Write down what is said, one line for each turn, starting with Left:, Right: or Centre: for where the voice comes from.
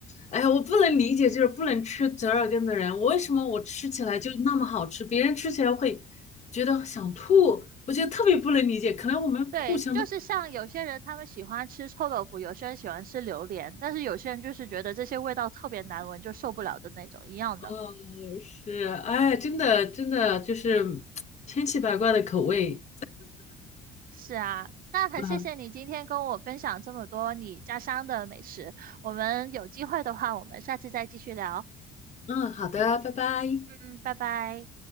Left: 哎呀，我不能理解，就是不能吃折耳根的人，我为什么我吃起来就那么好吃，别人吃起来会觉得想吐，我觉得特别不能理解。可能我们互相都，
Right: 对，就是像有些人他们喜欢吃臭豆腐，有些人喜欢吃榴莲，但是有些人就是觉得这些味道特别难闻，就受不了的那种一样的。
Left: 呃，是，哎，真的，真的就是千奇百怪的口味。
Right: 是啊，那很谢谢你今天跟我分享这么多你家乡的美食，
Left: 嗯
Right: 我们有机会的话，我们下次再继续聊。
Left: 嗯，好的，拜拜。
Right: 嗯，拜拜。